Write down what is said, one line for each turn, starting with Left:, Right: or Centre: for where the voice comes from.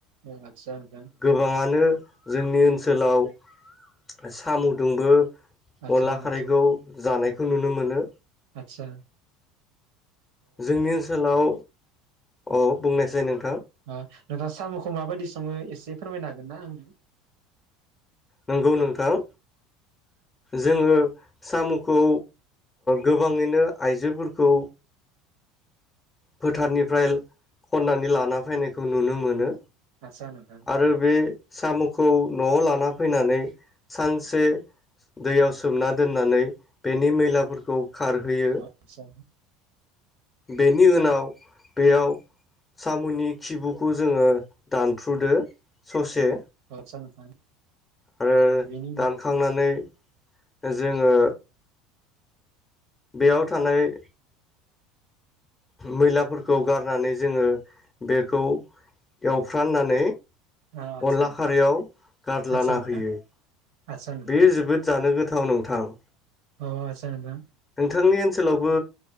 Right: औ आदसा नोंथां
Left: गोबाङानो जोंनि ओनोल ओनसोलाव सामु दोंबो
Right: आदसा
Left: अनला
Right: आदसा
Left: खारैखौ जानायखौ नुनो मोनो
Right: आतसा
Left: जोंनि ओनसोलाव अ बुंनायसाय नों
Right: आं नोंथाङा साम'खौ माबायदि स ङो एसे फोरमायनो हागोन ना आंनो
Left: नोंगौ नोंथां जोङो साम'खौ गोबाङैनो आइजोफोरखौ फोथारनिफ्राय खननानै लाना फैनायखौ नुनो मोनो
Right: आदसा नोंथां
Left: आरो बे साम'खौ न'आव लाना फैनानै सानसे दैयाव सोमना दोननानै बेनि मैलाफोरखौ खारहोयो
Right: आतसा
Left: बेनि उनाव बेयाव साम'नि खिबुखौ जोङो दानफ्रुदो ससे
Right: आदसा नोंथां
Left: आरो
Right: बिनि
Left: दानखांनानै जोङो बेयाव थानाय मैलाफोरखौ गारनानै जोङो बेखौ एवफ्राननानै
Right: उनाव अ आदसा
Left: अनला
Right: नोंथां
Left: खारयाव गारलाना
Right: आदसा नोंथां
Left: होयो
Right: आदसा नोंथां
Left: बेयो जोबोद जानो गोथाव नोंथां
Right: औ आत्सा नोंथां
Left: नोंथांनि ओनसोलावबो